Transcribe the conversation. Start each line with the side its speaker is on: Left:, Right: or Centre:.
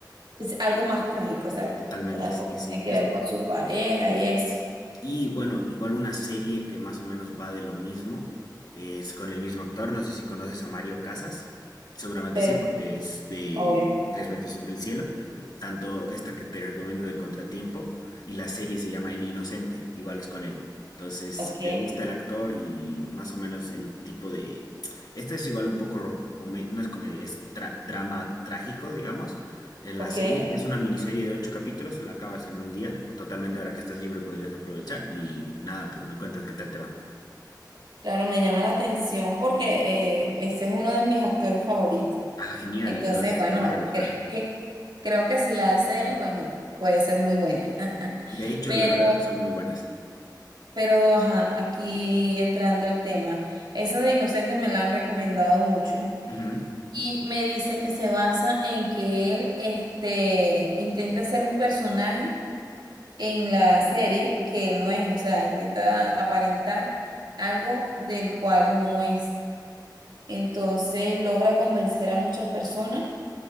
Right: es algo más trágico, exacto.
Left: Totalmente,
Right: Algo
Left: sí,
Right: que
Left: sí.
Right: tiene que
Left: Es,
Right: ver con su pareja y eso.
Left: Y bueno, igual una serie que más o menos va de lo mismo, es con el mismo actor, no sé si conoces a Mario Casas, seguramente
Right: Pero,
Left: sí, porque
Right: sí,
Left: es de
Right: obvio.
Left: Tres metros sobre el cielo, tanto esta que te recomiendo de Contratiempo y la serie se llama El Inocente, igual es con él. Entonces,
Right: Ok,
Left: si te gusta el actor y más o menos el tipo de... Esta es igual un poco, rom- come- no es comedia, es tra- drama trágico, digamos, eh, La
Right: ok,
Left: serie
Right: ok.
Left: es una miniserie de ocho capítulos, la acabas en un día, totalmente ahora que estás libre podrías aprovechar y nada, pues me cuentas qué tal te va.
Right: Claro, me llama la atención porque eh, ese es uno de mis actores favoritos.
Left: Ah, genial,
Right: Entonces,
Left: entonces
Right: bueno,
Left: te va a re gustar.
Right: creo que, creo que si la hace él, bueno, puede ser muy buena. <laughs>
Left: De hecho,
Right: Pero,
Left: la verdad son muy buenas.
Right: pero, ajá, aquí entrando el tema, eso de Inocentes me la han recomendado mucho
Left: Ujú.
Right: y me dicen que se basa en que él, este, intenta ser un personaje en la serie que él no es, o sea, intenta aparentar algo del cual no es. Entonces logra convencer a muchas personas